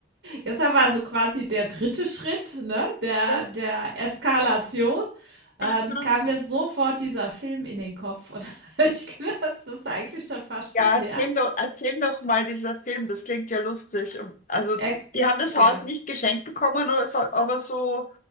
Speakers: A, on the right; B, on the left.
A: Gestern war so quasi der dritte Schritt, ne, der,
B: Ja.
A: der Eskalation. Dann
B: Aha.
A: kam mir sofort dieser Film in den Kopf und <laughs> ich glaube das ist eigentlich schon fast
B: Ja,
A: wie der.
B: erzähl doch, erzähl doch mal dieser Film, das klingt ja lustig. Und- Also,
A: Er,
B: die haben das Haus
A: ja.
B: nicht geschenkt bekommen, oder so, aber so